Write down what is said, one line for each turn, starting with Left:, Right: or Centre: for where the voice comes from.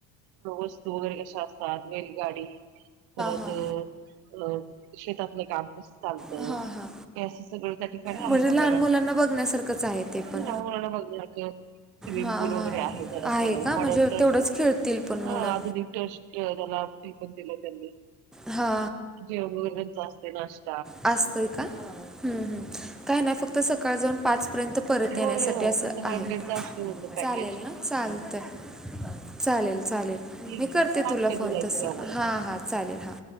Right: वस्तू वगैरे कशा असतात बैलगाडी परत
Centre: हां
Right: अ शेतातलं काम कस चालतं
Centre: हां हां
Right: हे असं सगळं त्या ठिकाणी
Centre: म्हणजे
Right: आहे बघायला
Centre: लहान मुलांना बघण्यासारखंच आहे ते
Right: लहान
Centre: पण
Right: मुलांना बघण्यासारखं स्विमिंग
Centre: हा
Right: पूल वगैरे
Centre: हा
Right: आहे त्याला
Centre: आहे
Right: थोडं
Centre: का म्हणजे तेवढंच खेळतील
Right: <unintelligible>
Centre: पण मुलं
Right: आधुनिक <unintelligible> दिलं त्यांनी
Centre: हा
Right: जेवन वगैरे तेनच असतय नाष्टा
Centre: असतय का हम् हम्म काही नाही फक्त सकाळ जाऊन पाच पर्यंत परत येण्यासाठी
Right: होय हो
Centre: असं
Right: तिचं वन
Centre: आहे
Right: डेच असते त्यांचं पॅकेज
Centre: चालेल ना चालतय चालेल चालेल
Right: ठीक
Centre: मी करते
Right: आहे सांग
Centre: तुला
Right: कधी
Centre: फोन
Right: जायचं
Centre: तसं
Right: ते आम्हाला
Centre: हां हां चालेल हां